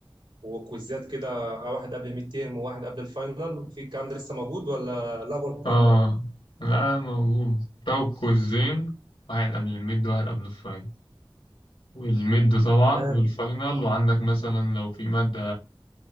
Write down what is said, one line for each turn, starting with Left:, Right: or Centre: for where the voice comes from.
Right: وكويزات كده آه، واحد قبل الميد تيرم وواحد قبل الفاينل وفي الكلام ده لسه موجود ولا لغوا الكلام
Left: اه
Right: ده
Left: لا موجود لو كويزين واحد قبل الميد وواحد قبل الفاينل والميد طبعا
Right: تمام
Left: والفاينل وعندك مثلا لو في مادة